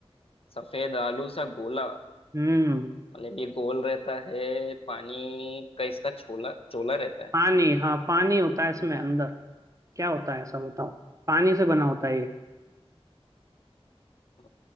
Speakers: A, on the left; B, on the right.
A: सफेद आलू सा गोला
B: हम्म
A: मतलब ये गोल रहता है पानी का इसका छोला चोला रहता है
B: पानी हाँ पानी होता है इसमें अंदर क्या होता है ऐसा बताओ पानी से बना होता है ये
A: अ,